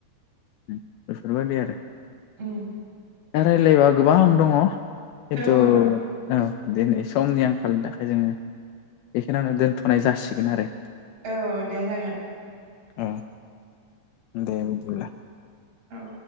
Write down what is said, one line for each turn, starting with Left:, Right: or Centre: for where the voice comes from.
Left: उ बेफोर बायदि आरो
Right: <inaudible>
Left: दा रायज्लायबा गोबां दङ खिन्थु
Right: औ दं
Left: औ दिनै समनि आंखालनि थाखाय जोङो बेखिनियावनो दोन्थ'नाय जासिगोन आरो
Right: औ दे जागोन।
Left: औ दे बिदिब्ला
Right: औ